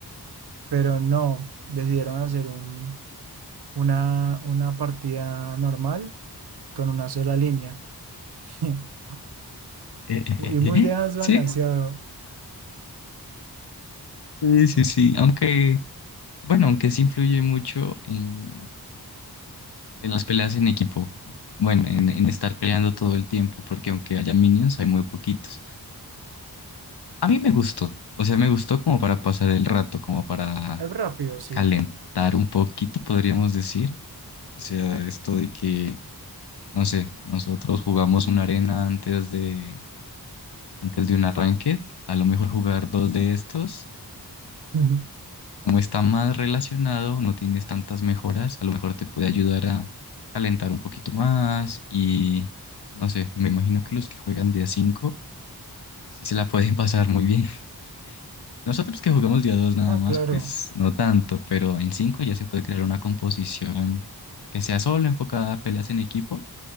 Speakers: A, on the right; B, on the left.
A: Pero no, decidieron hacer un, una, una partida normal con una sola línea <laughs>
B: <laughs>
A: y muy desbalanceado.
B: Sí, sí, sí, sí. aunque... Bueno, aunque sí influye mucho en, en las peleas en equipo. Bueno, en, en estar peleando todo el tiempo, porque aunque haya minions, hay muy poquitos. A mí me gustó, o sea, me gustó como para pasar el rato, como para
A: Es rápido, sí.
B: calentar un poquito, podríamos decir. O sea, esto de que, no sé, nosotros jugamos una arena antes de, antes de un arranque, a lo mejor jugar dos de estos
A: Ujú.
B: Como está más relacionado, no tienes tantas mejoras, a lo mejor te puede ayudar a calentar un poquito más y no sé, me imagino que los que juegan día 5 sí se la pueden <laughs> pasar muy bien. <laughs> Nosotros que jugamos día 2 nada
A: Ah,
B: más,
A: claro.
B: pues no tanto, pero en 5 ya se puede crear una composición que sea solo enfocada a peleas en equipo